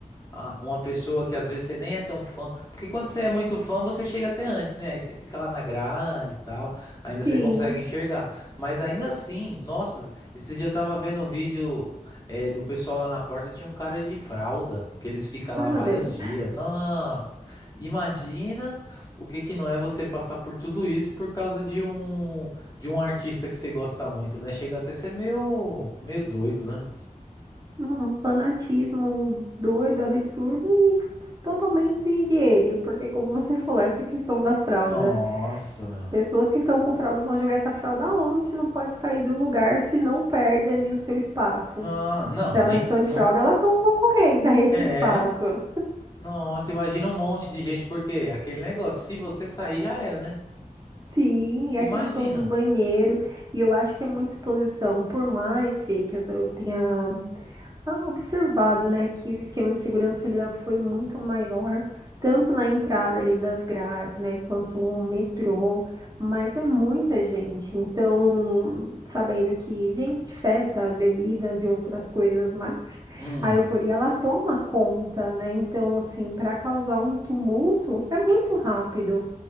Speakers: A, on the left; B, on the right.
A: a- uma pessoa que às vezes você nem é tão fã, porque quando você é muito fã, você chega até antes, né? Aí você fica lá na grade e tal, ainda você
B: Sim.
A: consegue enxergar. Mas ainda assim, nossa, esses dias eu tava vendo um vídeo. É, do pessoal lá na porta tinha um cara de fralda, que eles ficam lá
B: Ai, meu
A: vários
B: Deus.
A: dias. Nossa, imagina o que que não é você passar por tudo isso por causa de um de um artista que você gosta muito, né? Chega até a ser meio meio doido, né?
B: Um fanatismo doido, absurdo e totalmente sem higiene, porque como você falou, essa questão da fralda,
A: Nossa, meu.
B: pessoas que estão com fralda vão jogar essa fralda onde? Se não pode sair do lugar, se não perde ali o seu espaço.
A: Não, não,
B: Se elas
A: nem
B: estão de
A: não
B: fralda, elas estão concorrendo a esse
A: é.
B: espaço.
A: Nossa, imagina um monte de gente porque aquele negócio, se você sair já era, né?
B: Sim,
A: Imagina.
B: é a questão do banheiro, e eu acho que é muita exposição, por mais, Fê, que eu eu tenha Ah, observado, né, que o esquema de segurança ele foi muito maior, tanto na entrada ali das grades, né, quanto o metrô, mas é muita gente. Então, sabendo que, gente, festa, bebidas e outras coisas mais,
A: Hum.
B: a euforia ela toma conta, né? Então, assim, para causar um tumulto é muito rápido.